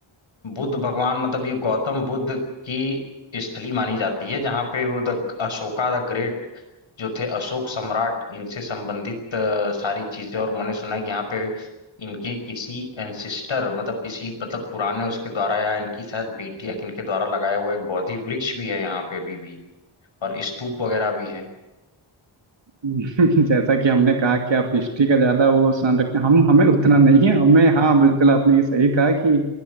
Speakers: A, on the left; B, on the right.
A: बुद्ध भगवान मतलब ये गौतम बुद्ध की स्थली मानी जाती है जहाँ पे वो द अशोका द ग्रेट जो थे अशोक सम्राट इनसे संबंधित अ, सारी चीजें और मैंने सुना है कि यहाँ पे इनके किसी एंसिस्टर मतलब किसी मतलब पुराने उसके द्वारा या इनकी शायद बेटी या किनके द्वारा लगाया हुआ एक बोधि वृक्ष भी है यहाँ पे अभी भी और स्तूप वगैरह भी है
B: <laughs> जैसा कि हमने कहा कि आप हिस्ट्री का ज्यादा वो सान रखते हैं हम हमें उतना
A: <laughs>
B: नहीं है हमें हाँ बिल्कुल आपने ये सही कहा कि